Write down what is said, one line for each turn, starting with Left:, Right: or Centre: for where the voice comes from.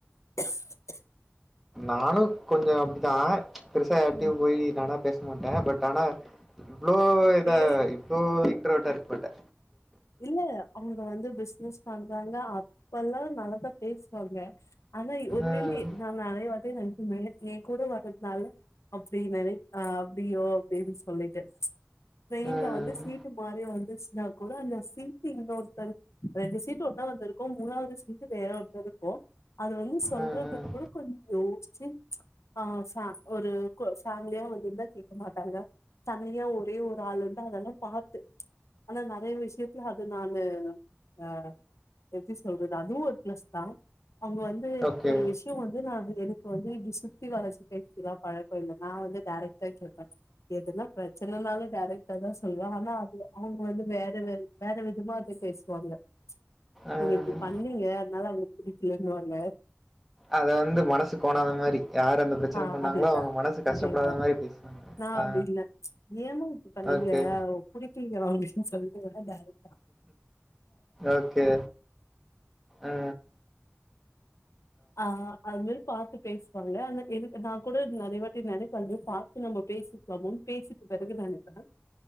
Left: <unintelligible>
Centre: நானு கொஞ்சொ அப்டிதா பெருசா யார்ட்டயு
Left: ம்.
Centre: போய் நானா பே ச மாட்டே பட் ஆனா இவ்ளோ இதா
Left: பே
Centre: இவ்ளோ இ இன்ட்ரோவட்டா இருக்கமாட்டே
Left: இல்ல அவங்க வந்து பிசினஸ் பண்றாங்க அப்பல்லா நல்லாதா பேசுவாங்க அனா ஒரு
Centre: ம்.
Left: வேளி நாங்க அரைய <unintelligible> என் கூட வர்றதுனால அப்டி நினை அப்படியோ அப்டின்னு சொல்லிட்டு ட்ரெயின்ல
Centre: ம்.
Left: வந்து சீட்டு மாறி வந்துச்சுன்னா கூட அந்த சீட் இன்னொருத்த ரெண்டு சீட்டு ஒன்னா வந்துருக்கு மூணாவது சீட்டு வேற ஒருத்தர் இருக்கு அது வந்து சொல்றது
Centre: ம். ம்.
Left: கூட கொஞ் யோசிச்சு ஆ ச ஒரு கு ஃபேமிலியா வந்துிருந்தா கேட்க மாட்டாங்க தனியா ஒரே ஒரு ஆள் இருந்து அதெல்லா பார்த்து ஆனா நறைய விஷய அது நானு அ எப்டி சொல்றது அதுவு ஒரு ப்ளஸ் தா அவங்க வந்து
Centre: ஓகே.
Left: ஒரு விஷயோ வந் நா அது எனக்கு வந்து இப்டி சுத்தி வளச்சி பேசிலா பழக்கோ இல்ல நா வந்து டேரக்டா கேப்ப எதுனா பிரச்சனைனாலு டேரக்டா தா சொல்வே ஆனா அது அவங்க வந்து வேற வேற வேற விதமா அத பேசுவாங்க
Centre: ம்.
Left: நீங்க இப்டி பண்ணீங்க அதனால அவங்களுக்கு புடிக்கலன்னுவாங்க
Centre: அத வந்து மனசு கோனாத மாரி யார் அந்த பிரச்சனை
Left: ஆ
Centre: பண்ணாங்களோ,
Left: அதேதா
Centre: அவங்க மனசு கஷ்டப்படாத
Left: அதேதா
Centre: மாரி பேசுவாங்க.
Left: நா
Centre: ஆ.
Left: அப்டி இல்ல ஏமா இப்டி பண்ணீங்க
Centre: ஓகே.
Left: குடி <unintelligible> ண்டஷ சொல்லிட் கூட டேரக்ட்
Centre: ஓகே அ
Left: ஆ அது மரி பாத்து பேசுவாங்க அந்த இதுக்கு நா கூட நறையவாட்டி நினைப்பே பாத்து நம்ம பேசிக்கலாமோனு பேசிட்டு பிறகு நனைப்பே